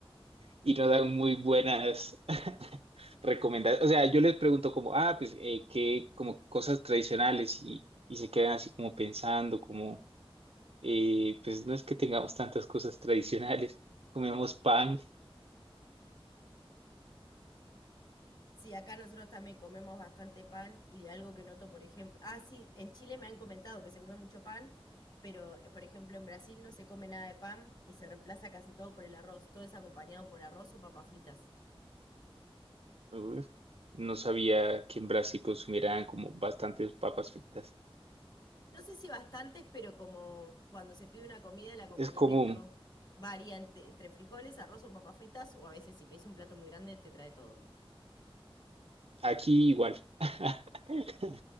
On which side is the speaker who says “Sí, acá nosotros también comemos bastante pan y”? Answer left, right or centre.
Left